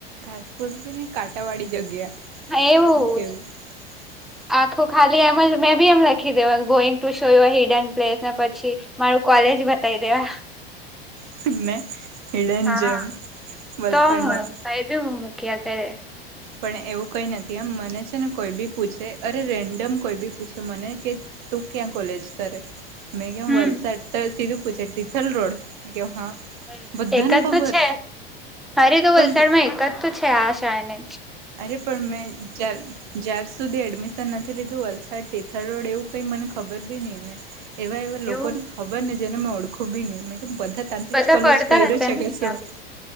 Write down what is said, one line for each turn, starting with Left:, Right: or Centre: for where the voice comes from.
Right: ઘાસફુસ બી નહિ કંટાવાળી જગ્યા.
Centre: હા
Right: ખબર
Centre: એવું
Right: નઈ
Centre: જ.
Right: <unintelligible>
Centre: આખું ખાલી એમ જ મેં બી એમ લખી દેવા going to show your hidden place ને પછી. મારૂ કોલેજ બતાાય દેવા.
Right: <unintelligible> હીડેન
Centre: હા
Right: જેમ વલસાડનું.
Centre: તો હું કઈ બી હું મકીયા કરે
Right: પણ એવું કઈ નથી એમ મને છે ને કોઈ બી પૂછે અરે રેન્ડમ કોઈ બી પૂછે મને કે તું ક્યાં કોલેજ કરે મેં કેવ
Centre: હમ
Right: વલસાડ તો સીધું પુછે તીથલ રોડ મે કેવ હા.
Centre: હમ્મ
Right: બધાને
Centre: એક જ
Right: ખબર
Centre: તો છે અરે ટુ
Right: પણ
Centre: વલસાડ માં એક જ તો છે આશા ને.
Right: અરે પણ મે જલ જ્યાર સુધી એડમિશન નથી લીધું વલસાડ તિથલ રોડ એવું કઈ મને ખબર બી ની ને. એવા એવા લોકોને
Centre: એવું
Right: ખબર ને જેને મેં ઓળખું બી ની મે કીધું બધા. ત્યાથી
Centre: બધા
Right: જ કોલેજ
Centre: પડતા
Right: કર્યું
Centre: હશે
Right: છે
Centre: ને
Right: કે
Centre: અહિયાં
Right: શું
Centre: બી